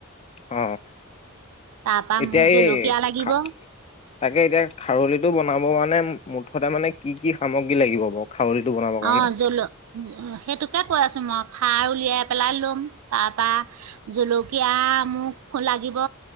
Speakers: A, on the left; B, on the right.
A: অ'
B: তাৰপৰা
A: এতিয়া
B: মোক জলকীয়া
A: এই
B: লাগিব
A: খা- তাকে এতিয়া খাৰলিটো বনাব মানে মুঠতে মানে কি কি সামগ্ৰী লাগিব বাৰু খাৰলিটো বনাবৰ কাৰণে
B: অ' জল- সেইটোকে কৈ আছোঁ মই সাৰ উলিয়াই পেলাই ল'ম। তাৰ পৰা জলকীয়া মোক ও লাগিব।